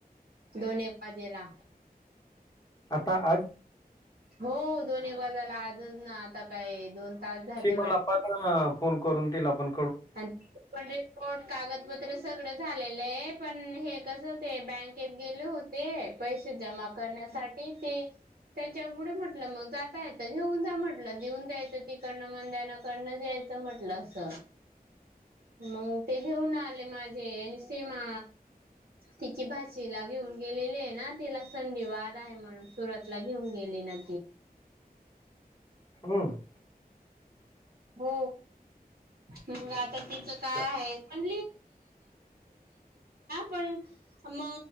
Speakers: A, on the right (about 70°); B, on the left (about 25°).
A: दोन पाजेला
B: आता आज
A: हो दोन एक बाजाला आजच ना आता काय दोन तास झाले
B: श बल फोन करून तला आपण
A: आणि पण रिपोर्ट कागदपत्र सगळं झालेलं आहे पण हे कसं ते बँकेत गेले होते पैसे जमा करण्यासाठी ते त्याच्यामुळेढ म्हटलं मग जाता येत घेऊन जा म्हटलं जेऊन जायचं तीिकडनं मन दय ना कडनं जायचं म्हटलं अस मग ते घेऊन आले माझे आणि सीमा तिची भाषला घेऊन गेलेली आहे ना तिला संधी वाद आहे म्हणून सुरतला घेऊन गेलेली न
B: हम
A: हो मंग
B: हं,
A: आता तिचं काय
B: तर
A: आहे ब म पण म